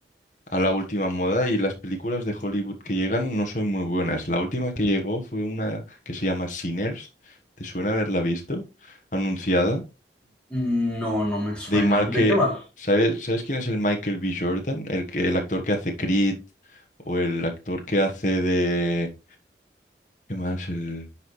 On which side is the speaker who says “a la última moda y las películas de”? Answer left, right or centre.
Left